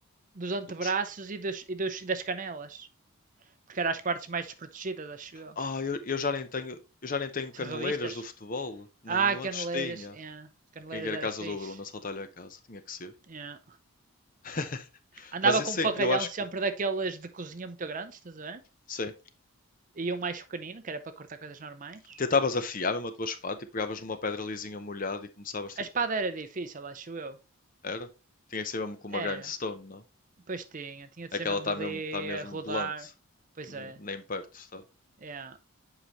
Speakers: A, on the right (about 35°); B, on the left (about 40°).
A: dos antebraços
B: Do pes-
A: e, dos, e dos- e das canelas. Porque eram as partes mais desprotegidas, acho eu.
B: Ah, eu, eu já nem tenho, eu já nem tenho caneleiras
A: Revistas?
B: do futebol. Não,
A: Ah,
B: eu antes
A: caneleiras.
B: tinha.
A: yeah. Caneleiras
B: Quem quer
A: era
B: a casa
A: fixe.
B: do Bruno, assaltar-lhe a casa, tinha que ser.
A: Yeah.
B: <laughs>
A: Andava
B: Mas e
A: com
B: assim,
A: um facalhão
B: eu acho
A: sempre
B: que,
A: daqueles de cozinha muito grandes, estás a ver?
B: sim,
A: E um mais pequenino, que era para cortar coisas normais.
B: tentavas afiar mesmo a tua espada e pegavas numa pedra lisinha molhada e começavas tipo,
A: A espada era difícil, acho eu.
B: era? Tinha que ser mesmo com uma
A: Era.
B: grindstone, não?
A: Pois tinha, tinha de
B: É
A: ser
B: que ela
A: mesmo
B: está
A: dali
B: mesmo, tá mesmo
A: a rodar.
B: blunt,
A: Pois
B: nem,
A: é,
B: nem perto está.
A: yeah.